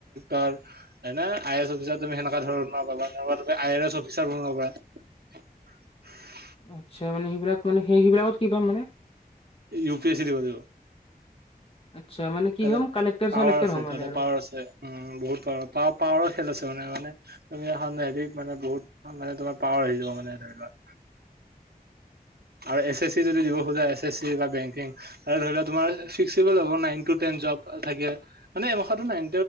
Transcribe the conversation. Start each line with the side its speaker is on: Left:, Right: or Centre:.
Right: কাল আ এ অফিচ তুমি সেনেকা ধৰা তই আই এছ অফিচাৰ বনাবা <unintelligible>
Left: আচ্ছা মানে সেইবিলাক মানে স সেইবিলাকত কি কৰিম মানে
Right: ইউ পি এছ চি দিব লাগিব।
Left: আচ্ছা মানে কি
Right: ততে
Left: হ'ম কালেক্টাৰ
Right: পাৱাৰ
Left: চালেক্টাৰ
Right: আছে
Left: হ'ম মানে
Right: ততে
Left: আৰু।
Right: পাৱাৰ আছে উ বহুত পাৱাৰ পাৱ পাৱাৰ খেল আছে মানে মানে তুমি এখন হেৰিত মানে বহুত মানে তোমাৰ পাৱাৰ আহি যাব মানে ধৰি লোৱা হয় আৰু এছ এছ চি যদি দিব খোজা এছ এছ চি বা বেংকিং আৰু ধৰি লোৱা তোমাৰ ৰিক্স ল'ব নাইন টো টেন জব থাকে মানে এহামাটো নন